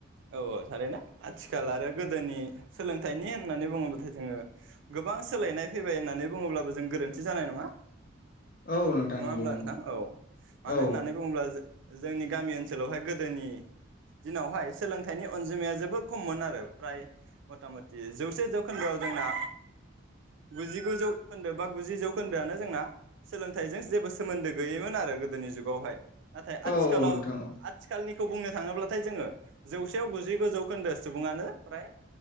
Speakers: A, on the right; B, on the left.
A: औ औ थारैनो आथिखाल आरो गोदोनि सोलोंथाइनि होननानै बुङोब्लाथाय जोङो गोबां सोलायनाय फैबाय होननानै बुङोब्लाबो जों गोरोन्थि जानाय नङा।
B: औ नोंथां
A: नङा
B: नंगौ
A: होमब्ला
B: नंगौ
A: नोंथां औ मानो
B: औ
A: होननानै बुङोब्ला जो-जोंनि गामि ओनसोलावहाय गोदोनि दिनावहाय सोलोंथाइनि अनजिमाया जोबोर खममोन आरो फ्राय मथा मथि जौसे जौखोन्दोआव जोंना गुजिगु जौखोन्दो बा गुजि जौखोन्दोआनो जोंना सोलोंथाइजों जेबो सोमोन्दो गैयैमोन आरो गोदोनि जुगावहाय। नाथाय आथिखालाव
B: औ औ नोंथां औ
A: आथिखालनि खौ बुंनो थाङोब्लाथाय जोङो जौसेयाव गुजिगु जौखोन्दो सुबुङानो फ्राय